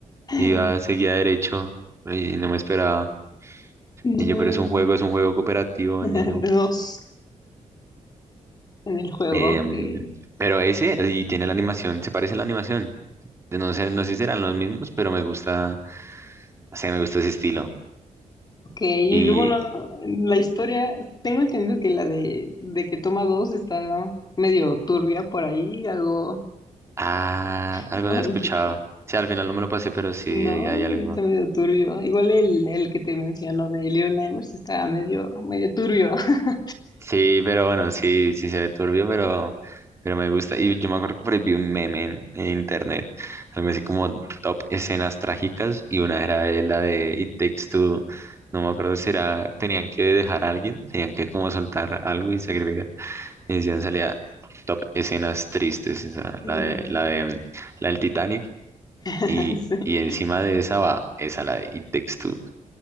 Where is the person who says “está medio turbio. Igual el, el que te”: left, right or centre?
Left